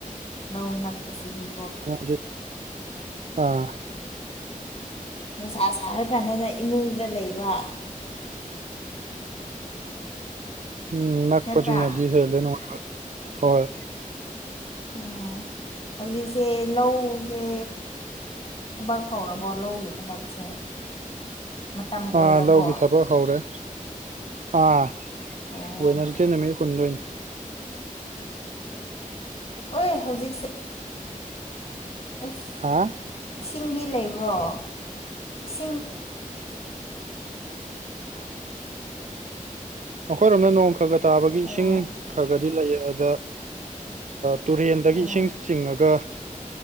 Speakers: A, on the left (about 45°); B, on the right (about 60°).
A: ꯂꯧ ꯅꯛꯄꯁꯤꯗꯤ
B: ꯑꯗꯤ ꯑꯥ
A: ꯅꯨꯡꯁꯥ ꯁꯥꯔ ꯀꯥꯟꯗꯗ ꯏꯃꯨꯡꯗ ꯂꯩꯕ
B: ꯎꯝ ꯅꯛꯄꯆ
A: ꯅꯠꯇ꯭ꯔꯥ
B: ꯅꯗꯤ ꯍꯦ ꯂꯩꯅ ꯍꯣꯏ
A: ꯑꯣ ꯍꯧꯖꯤꯛꯁꯦ ꯂꯧꯁꯦ ꯊꯕꯛ ꯍꯧꯔꯕꯣ ꯂꯧꯒꯤ ꯊꯕꯛꯁꯦ ꯃꯇꯝ ꯑꯣꯏꯔꯕꯣ
B: ꯑꯥ ꯂꯧꯒꯤ ꯊꯕꯛ ꯍꯧꯔꯦ ꯑꯥ
A: ꯑꯣ
B: ꯋꯟꯅꯁꯗꯦ ꯅꯨꯃꯤꯠ ꯀꯨꯟꯗꯣꯏꯅꯤ
A: ꯑꯣꯏꯣꯏ ꯍꯧꯖꯤꯛꯁꯦ ꯑꯁ
B: ꯍꯥ
A: ꯏꯁꯤꯡꯗꯤ ꯂꯩꯕ꯭ꯔꯣ ꯏꯁꯤꯡ
B: ꯅꯈꯣꯏꯔꯣꯅ ꯅꯣꯡ ꯈꯒ ꯇꯥꯕꯒꯤ
A: ꯑꯣ
B: ꯏꯁꯤꯡ ꯈꯒꯗꯤ ꯂꯩ ꯑꯗ ꯇꯨꯔꯦꯟꯗꯒꯤ
A: ꯑꯣ
B: ꯏꯁꯤꯡ ꯆꯤꯡꯉꯒ